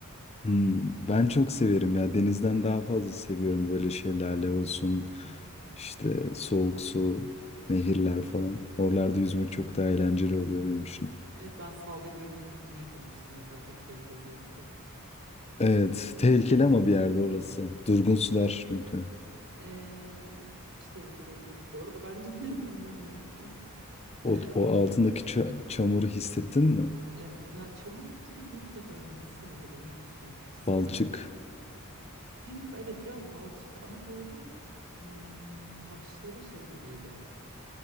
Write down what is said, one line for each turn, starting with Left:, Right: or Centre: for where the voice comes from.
Left: Hmm, ben çok severim ya. Denizden daha fazla seviyorum böyle şelale olsun.
Right: Hı hı.
Left: İşte soğuk su, nehirler falan. Oralarda yüzmek çok daha eğlenceli oluyor
Right: Evet.
Left: benim için.
Right: Evet ben Salda Gölü'ne girmiştim mesela çok keyifliydi orası.
Left: Evet, tehlikeli
Right: Üst,
Left: ama bir yerde orası. Durgun sular çünkü.
Right: Ee, hiç tehlikeli değildi bu arada bence <laughs> bilmiyorum.
Left: O,
Right: Ee,
Left: o altındaki ça- çamuru hissettin mi?
Right: ev- ya çamur gibi değil de böyle nasıldı biliyor musun his
Left: Balçık.
Right: olarak. Hem evet biraz balçık ama böyle ım, taşları şey gibiydi.